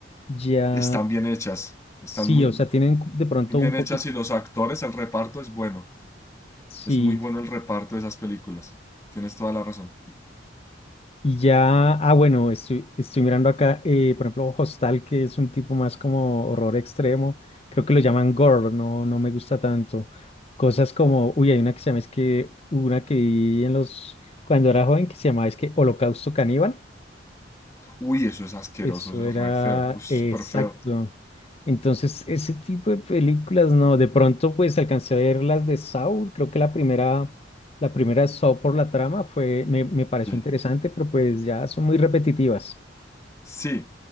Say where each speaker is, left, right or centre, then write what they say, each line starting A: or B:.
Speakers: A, on the left; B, on the left.
A: Ya,
B: están bien hechas, están
A: sí,
B: muy,
A: o sea, tienen de pronto
B: muy bien
A: un poquito.
B: hechas y los actores, el reparto es bueno,
A: sí,
B: es muy bueno el reparto de esas películas. Tienes toda la razón.
A: Y ya, ah, bueno, estoy, estoy mirando acá, eh, por ejemplo, Hostal, que es un tipo más como horror extremo, creo que lo llaman gore, no, no me gusta tanto. Cosas como, uy, hay una que se llama, es que, una que vi en los, cuando era joven, que se llamaba, es que Holocausto Caníbal,
B: Uy, eso es asqueroso,
A: eso
B: eso
A: era
B: es re feo, uy, súper
A: eh, exacto.
B: feo.
A: Entonces, ese tipo de películas, no, de pronto, pues, alcancé a ver las de Saw, creo que la primera... La primera Saw por la trama fue, me, me pareció
B: Sí,
A: interesante, pero pues ya son muy repetitivas.
B: sí,